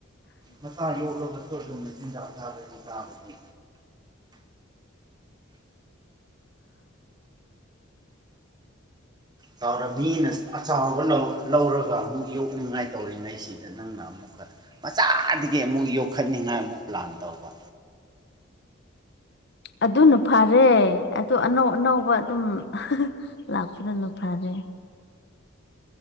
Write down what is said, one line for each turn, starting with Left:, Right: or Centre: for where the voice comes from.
Right: ꯃꯆꯥ ꯌꯣꯛꯂꯒꯁꯨ ꯑꯗꯨꯝ ꯃꯆꯤꯟꯖꯥꯛ ꯆꯥꯕꯗꯤ ꯆꯥꯒꯅꯤ ꯇꯧꯔ ꯃꯤꯅ ꯑꯆꯥꯎꯕ ꯂꯧ ꯂꯧꯔꯒ ꯑꯃꯨꯛ ꯌꯣꯛꯅꯤꯡꯉꯥꯏ ꯇꯧꯔꯤꯉꯩꯁꯤꯗ ꯅꯪꯅ ꯑꯃꯨꯛ ꯃꯆꯥꯗꯒꯤ ꯑꯃꯨꯛ ꯌꯣꯛꯈꯠꯅꯤꯡꯉꯥꯏ ꯑꯃꯨꯛ ꯄ꯭ꯂꯥꯟ ꯇꯧꯕ
Left: ꯑꯗꯨꯅ ꯐꯥꯔꯦ ꯑꯗꯨ ꯑꯅꯧ ꯑꯅꯧꯕ ꯑꯗꯨꯝ ꯂꯥꯛꯄꯗꯨꯅ ꯐꯔꯦ